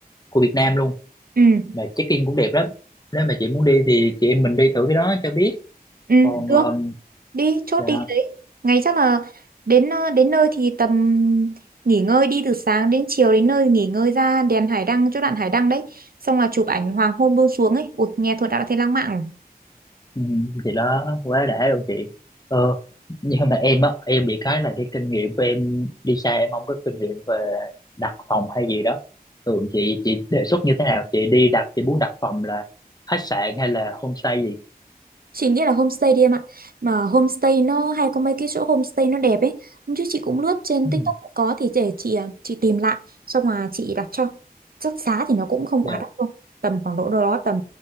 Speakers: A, on the left (about 25°); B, on the right (about 70°).
A: của Việt Nam luôn
B: ừ
A: mà check-in cũng đẹp lắm nếu mà chị muốn đi thì chị em mình đi thử cái đó cho biết
B: ừ
A: còn
B: được
A: ờm,
B: đi chốt
A: dạ
B: đi cái đấy ngày chắc là đến ờ, đến nơi thì tầm nghỉ ngơi đi từ sáng đến chiều đến nơi nghỉ ngơi ra đèn hải đăng chỗ đoạn hải đăng đấy xong là chụp ảnh hoàng hôn buông xuống ấy ui nghe thôi đã thấy lãng mạn rồi.
A: ừ, thì đó quá đã luôn chị ờ nhưng mà em á em bị cái là cái kinh nghiệm của em đi xa em không có kinh nghiệm về đặt phòng hay gì đó thường chị chị đề xuất như thế nào chị đi đặt chị muốn đặt phòng là khách sạn hay là homestay gì
B: Chị nghĩ là homestay đi em ạ. Mà homestay nó hay có mấy cái chỗ homestay nó đẹp ấy. Hôm trước chị cũng lướt trên
A: ừ,
B: TikTok cũng có thì để chị à, chị tìm lại xong mà chị đặt cho. Chắc giá thì nó cũng không
A: dạ
B: quá đắt đâu. Tầm khoảng độ đâu đó tầm